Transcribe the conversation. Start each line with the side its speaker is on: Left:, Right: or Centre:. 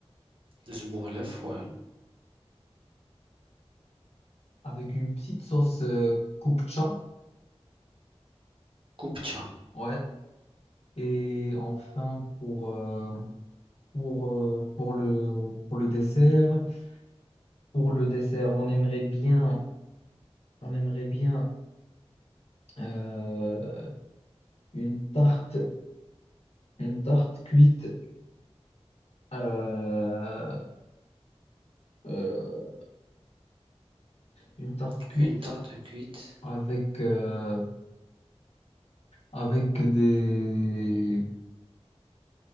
Right: le zbourlef, ouais.
Left: avec une petite sauce euh, kupcha.
Right: Kupcha.
Left: Ouais. Et enfin, pour, euh, pour, euh, pour le, pour le dessert, pour le dessert, on aimerait bien, on aimerait bien euh, une tarte, une tarte cuite, euh, euh, une tarte cuite
Right: Une tarte cuite
Left: avec, euh, avec des